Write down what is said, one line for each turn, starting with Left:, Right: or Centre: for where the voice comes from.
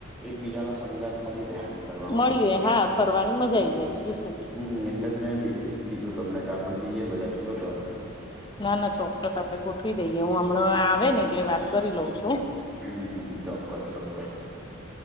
Centre: એકબીજાનો સંઘર્ષ મળી રેય એમ ફરવા માટે
Left: મળીએ
Centre: બીજું
Left: હા
Centre: <unintelligible>
Left: ફરવાની મજા આઈ જાય બીજું શું
Centre: હમમ. એટલે જ મેં બ કીધું તમને કે આપડે જઈએ બધા ચલો દ્વારકા.
Left: ના ના ચોક્કસ આપડે ગોઠવી દઈએ હું હમણાં આવે ને એટલે વાત કરી લઉં છું.
Centre: હમમ હમમ ચોક્કસ ચોક્કસ.